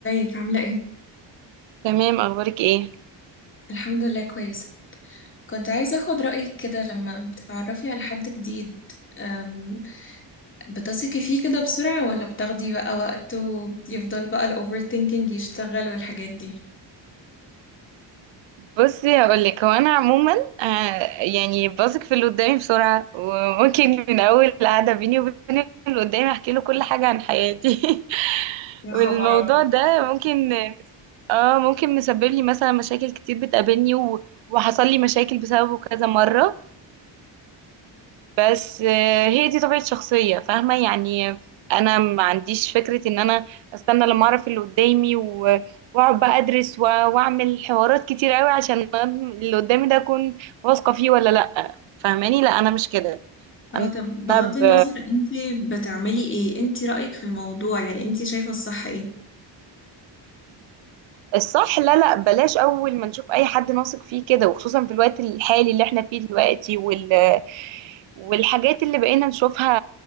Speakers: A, on the left (about 25°); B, on the right (about 80°).
A: ازيك عاملة ايه؟
B: تمام اخبارك ايه
A: الحمد لله كويسة كنت عايزة اخد رأيك كده لما بتتعرفي على حد جديد أم، بتثقي فيه كده بسرعة ولا بتاخدي بقى وقت ويفضل بقى الاوفر ثينكينج يشتغل والحاجات دي
B: بصي هقول لك هو انا عموما آه يعني بثق في اللي قدامي بسرعه وممكن من اول قعده بيني وبين اللي قدامي احكي له كل حاجه عن حياتي <laughs>
A: يا
B: والموضوع
A: خبر أبيض
B: ده ممكن اه ممكن مسبب لي مثلا مشاكل كتير بتقابلني و... وحصل لي مشاكل بسببه كذا مره بس آه، هي دي طبيعة شخصية فاهمة يعني انا ما عنديش فكرة ان انا استنى لما اعرف اللي قدامي و- واقعد بقى ادرس و- واعمل حوارات كتير قوي عشان اللي قدامي ده اكون واثقة فيه ولا لا فاهماني لا انا مش كده
A: اه
B: انا
A: طب بغض
B: ب...
A: النظر انتي بتعملي ايه؟ انتي رأيك في الموضوع يعني انتي شايفة الصح ايه؟
B: الصح لا لا بلاش اول ما نشوف اي حد نثق فيه كده وخصوصا في الوقت الحالي اللي احنا فيه دلوقتي وال والحاجات اللي بقينا نشوفها